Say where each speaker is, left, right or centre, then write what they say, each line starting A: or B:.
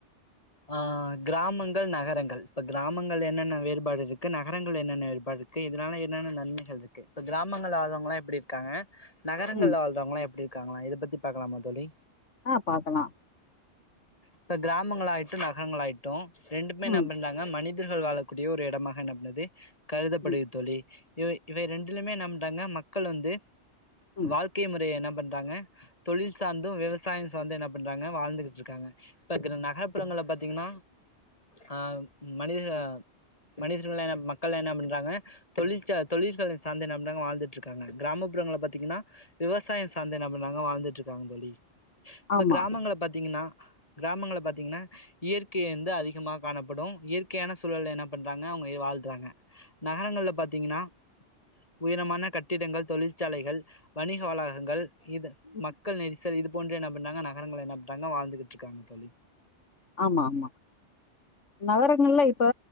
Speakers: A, on the left (about 30°); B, on the left (about 90°).
A: ஆஹ கிராமங்கள் நகரங்கள் இப்ப கிராமங்கள் என்னென்ன வேறுபாடு இருக்கு நகரங்கள் என்னென்ன வேறுபாடு இருக்கு இதனால என்னென்ன நன்மைகள் இருக்கு இப்ப கிராமங்கள் வாழ்றவங்கலாம் எப்படி இருக்காங்க நகரங்கள்
B: ம்
A: வாழ்றவங்களாம் எப்படி இருக்காங்களாம் இதை பத்தி பார்க்கலாம் தோழி
B: ஆஹ பாக்கலாம்
A: இப்ப கிராமங்களாய் ட்டும் நகரங்களாயிட்டும் ரெண்டுமே நான்
B: ம்
A: பண்ணாங்க மனி மனிதர்கள் வாழக்கூடிய ஒரு இடமாக நம்பனது கருதபடுகிறது
B: ம்
A: தோழி இவை இவை ரெண்டுலயுமே நம்டாங்க மக்கள் வந்து
B: ம்
A: வாழ்க்கை முறை என்ன பண் றாங்க தொழில் சார்ந்தும் விவசாயம் சார்ந்தும் என்ன பண்றாங்க வாழ்ந்துகிட்டு இருக்காங்க இப்ப இரு நக நகர்ப்புறங்கள் பார்த்தீங்கன்னா அஹ மனித மனிதர்கள் என்ன மக்கள் என்ன பண்றாங்க தொழில் தொழில்கள் சார்ந்து என்ன பண்றாங்க வாழ்ந்துட்டு இருக்காங்க கிராமப்புறங்கள் பார்த்தீங்கன்னா விவசாயம் சார்ந்து என்ன பண்றாங்க வாழ்ந்துட்டு இருக்காங்க தோழி இப்ப
B: ஆமா
A: கிராமங்கள்ல பார்த்தீங்கன்னா கிராமங்கள்ல பார்த்தீங்கன்னா இயற்கை வந்து அதிகமாக காணப்படும் இயற்கையான சூழல என்ன பண்றாங்க அவுங்க வாழ்றாங்க நகரங்கள்ல பார்த்தீங்கன்னா உயரமான கட்டிடங்கள் தொழிற்சாலைகள் வணிக வளாகங்கள் இது
B: ம்
A: மக்கள் நெரிசல் சரி இது போன்று என்ன பண்றாங்க நகரங்கள் என்ன பண்றாங்க வாழ்ந்துட்டு இருக்காங்க தோழி
B: ஆமா ஆமா நகரங்கள்ல இப்ப